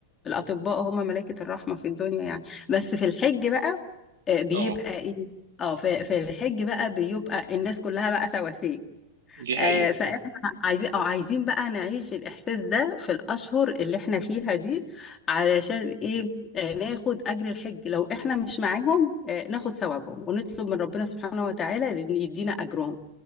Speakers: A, on the left (about 20°); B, on the right (about 60°).
A: الأطباء هم ملائكة الرحمة في الدنيا يعني بس في الحج بقى آه، بيبقى
B: اه
A: ايه اه في في الحج بقى بيبقى الناس كلها بقى سواسية
B: دي
A: آه،
B: حقيقه
A: فاحنا عايزين اه عايزين بقى نعيش الاحساس ده في الاشهر اللي احنا فيها دي علشان ايه آه، ناخد اجر الحج لو احنا مش معاهم آه، ناخد ثوابهم ونطلب من ربنا سبحانه وتعالى ان يدينا اجرهم